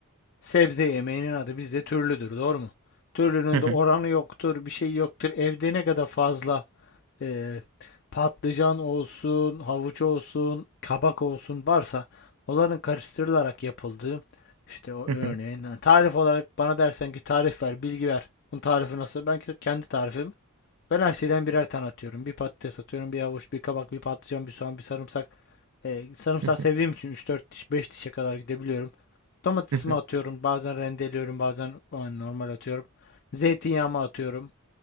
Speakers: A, on the left (about 50°); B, on the right (about 70°).
A: Sebze yemeğinin adı bizde türlüdür, doğru mu? Türlünün
B: Hı hı,
A: de oranı yoktur, bir şey yoktur. Evde ne kadar fazla e, patlıcan olsun, havuç olsun, kabak olsun varsa onların karıştırılarak yapıldığı işte o
B: hı
A: örneğin
B: hı,
A: ha, tarif olarak bana dersen ki tarif ver, bilgi ver. Bunun tarifi nasıl? Ben kendi tarifim. Ben her şeyden birer tane atıyorum. Bir patates atıyorum, bir havuç, bir kabak, bir patlıcan, bir soğan, bir sarımsak. E, sarımsak
B: hı hı,
A: sevdiğim için üç dört diş, 5 dişe kadar gidebiliyorum. Domatesimi
B: hı hı.
A: atıyorum. Bazen rendeliyorum, bazen yani normal atıyorum. Zeytinyağımı atıyorum.